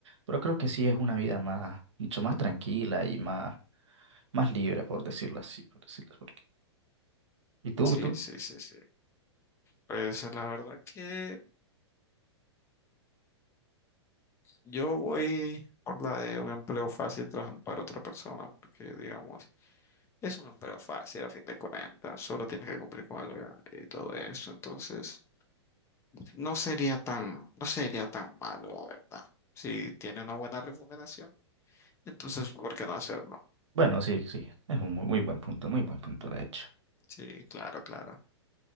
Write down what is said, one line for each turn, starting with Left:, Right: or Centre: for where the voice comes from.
Right: Pero creo que sí es una vida más, mucho más tranquila y más más libre, por decirlo así, por decirlo porque... ¿Y tú,
Left: Sí,
Right: tú?
Left: sí, sí, sí. Pues la verdad que yo voy por la de un empleo fácil trabajando para otra persona, porque digamos, es un empleo fácil a fin de cuentas, solo tienes que cumplir con algo y todo eso, entonces no sería tan, no sería tan malo, la verdad. Si tiene una buena remuneración Entonces, ¿por qué no hacerlo?
Right: Bueno, sí, sí, es un muy, muy buen punto, muy buen punto, de hecho.
Left: Sí, claro, claro.